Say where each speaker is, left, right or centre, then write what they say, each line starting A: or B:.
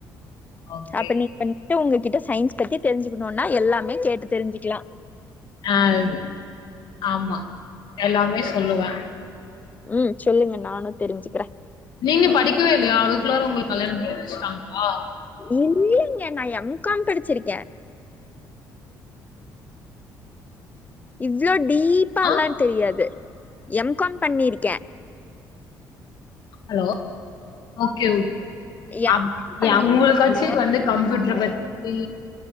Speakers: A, on the left (about 65°); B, on the left (about 20°).
A: okay.
B: அப்ப நீ பண் உங்ககிட்ட சயின்ஸ் பத்தி தெரிஞ்சுக்கணும்னா எல்லாமே கேட்டு தெரிஞ்சுசிக்கலா
A: அஹ் ஆமா எல்லாமே சொல்லுவே
B: உம் சொல்லுங்க நானும் தெரிஞ்சுக்கிறேன்
A: நீங்க படிக்கவே இல்லயா அதுக்குள்ளார உங்களுக்கு கல்யாணம் பன்னி வச்சுட்டாங்களா
B: இல்லைங்க நா எம் காம் படிச்சிருக்கே இவ்ளோ டீப்பால்லாம
A: ஆ
B: தெரியாது எம் காம் பண்ணிருக்கே
A: ஹலோ ஓகே ஓகே
B: எம்காம்
A: அ
B: பண்ணியிருக்கேங்க.
A: அவங்கக்காச்சி வந்து கம்ப்யூட்டரை பத்தி